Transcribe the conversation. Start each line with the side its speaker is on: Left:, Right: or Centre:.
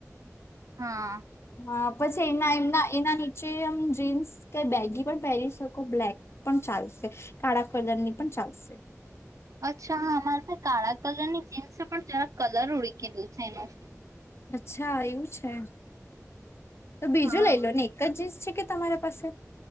Right: હા.
Left: હા, પછી એના એમના એના ની એમ જીન્સ કે બેગી પણ પહેરી શકો, બ્લેક પણ ચાલશે, કાળા કલર ની પણ ચાલશે.
Right: અચ્છા, હા, મારે. કાળા કલર ની જીન્સ છે, પણ જરા કલર ઉળકેલું છે એનું.
Left: અચ્છા, એવું છે તો બીજું
Right: હા
Left: લઈ લો ને. એક જ જીન્સ છે કે તમારા પાસે?